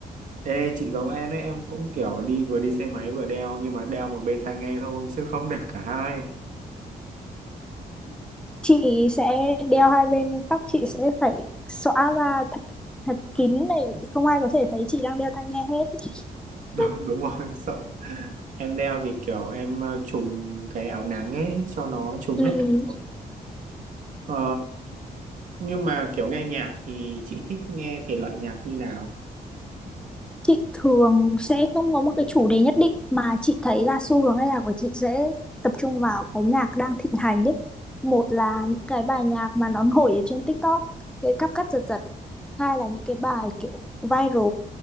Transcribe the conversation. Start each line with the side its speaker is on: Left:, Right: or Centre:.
Right: Ê chị giống em đấy em cũng kiểu đi vừa đi xe máy vừa đeo nhưng mà đeo một bên tai nghe thôi chứ không đeo cả hai. <laughs>
Centre: chị sẽ đeo hai bên nhưng tóc chị sẽ phải xõa ra thật thật kín này không ai có thể thấy chị đang đeo tai nghe hết
Right: Đúng,
Centre: <laughs>
Right: đúng rồi sợ em đeo thì kiểu em ờ, trùm cái áo nắng ấy cho nó trùm
Centre: ừ.
Right: hết cả. Ờ, nhưng mà kiểu nghe nhạc thì chị thích nghe thể loại nhạc như nào?
Centre: Chị thường sẽ không có một cái chủ đề nhất định mà chị thấy là xu hướng âm nhạc của chị sẽ tập trung vào cái nhạc đang thịnh hành ấy. Một là những cái bài nhạc mà nó nổi ở trên TikTok, cái cắp cắt giật giật. Hai là những cái bài kiểu viral